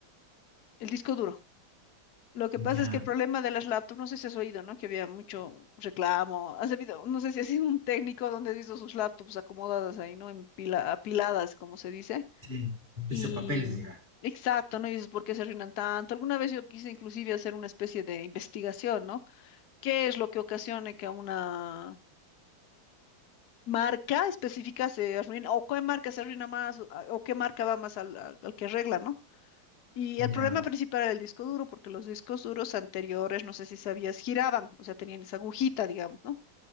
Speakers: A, on the left; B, on the right.
A: disco duro. Lo que pasa
B: ya.
A: es que el problema de las laptops, no sé si has oído, ¿no? Que había mucho reclamo. Has habido, no sé si has sido un técnico donde has visto sus laptops acomodadas ahí, ¿no? En pila- apiladas, como se dice.
B: Sí, pisapapeles,
A: Y mm,
B: ya.
A: exacto, ¿no? Y dices, ¿por qué se arruinan tanto? Alguna vez yo quise inclusive hacer una especie de investigación, ¿no? ¿Qué es lo que ocasiona que a una marca específica se arruina, o qué marca se arruina más, o, a- o qué marca va más al, al- al que arregla, ¿no? Y
B: Ya.
A: el problema principal era el disco duro, porque los discos duros anteriores, no sé si sabías, giraban, o sea, tenían esa agujita, digamos, ¿no?